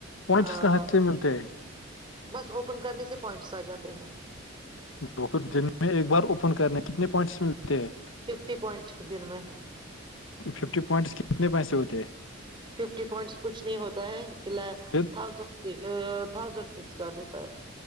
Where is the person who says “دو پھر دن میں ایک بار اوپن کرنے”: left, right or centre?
Left